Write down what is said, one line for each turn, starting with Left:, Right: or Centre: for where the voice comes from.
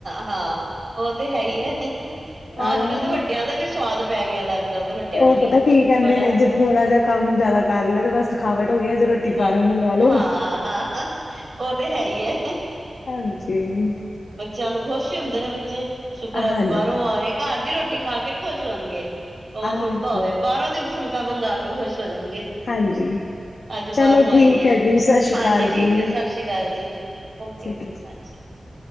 Right: ਹਾਂ ਉਹ ਤੇ ਹੈ ਹੀ ਏ
Left: ਅਹ
Right: ਅੱਜ ਕੱਲ ਤਾਂ ਵੱਡਿਆਂ ਦਾ ਵੀ ਸਵਾਦ ਪੈ ਗਿਆ ਅੱਜ ਕੱਲ੍ਹ ਤਾਂ ਵੱਡਿਆਂ
Left: ਉਹ
Right: ਨੂੰ ਵੀ
Left: ਪਤਾ ਕੀ ਕਹਿੰਦੇ
Right: ਬੜਾ
Left: ਨੇ ਜੇ ਥੋੜਾ ਜਿਹਾ ਕੰਮ ਜਿਆਦਾ ਕਰ ਲਿਆ ਤਾਂ ਬਸ ਥਕਾਵਟ ਹੋ ਗਈ ਅੱਜ ਰੋਟੀ
Right: ਥਕਾਵਟ
Left: ਬਾਹਰੋਂ ਮੰਗਵਾ ਲੋ।
Right: ਹਾਂ ਹਾਂ ਉਹ ਤੇ ਹੈ ਹੀ ਹੈ
Left: ਹਾਂਜੀ।
Right: ਚਲ ਖੁਸ਼ ਹੀ ਹੁੰਦੇ ਨੇ ਬੱਚੇ ਸ਼ੁਕਰ ਹੈ,
Left: ਹਾਂਜੀ
Right: ਅੱਜ ਬਾਹਰੋਂ ਆ ਰਿਹਾ। ਘਰ ਦੀ ਰੋਟੀ ਖਾ ਕੇ ਨਹੀਂ ਖੁਸ਼ ਹੋਣਗੇ ਭਾਵੇਂ
Left: ਹਾਂਜੀ
Right: ਫੁਲਕਾ ਹੋਵੇ ਬਾਹਰੋਂ ਦੀ ਫੁਲ ਤਾਂਨੂੰ ਮੰੰਗਾ ਕੇ ਖੁਸ਼ ਹੋ ਜਾਣਗੇ।
Left: ਹਾਂਜੀ।
Right: ਅੱਜ ਬਾਹਰੋਂ
Left: ਚਲੋ
Right: ਆਈ
Left: ਠੀਕ
Right: ਹੈ,
Left: ਜੀ ਸਤਿ ਸ਼੍ਰੀ
Right: ਹਾਂਜੀ
Left: ਅਕਾਲ
Right: ਠੀਕ
Left: ਜੀ
Right: ਹੈ ਸਤਿ ਸ੍ਰੀ ਅਕਾਲ ਜੀ, ਓਕੇ
Left: ਠੀਕ
Right: ਹਾਂਜੀ-ਹਾਂਜੀ।
Left: ਹੈ ਜੀ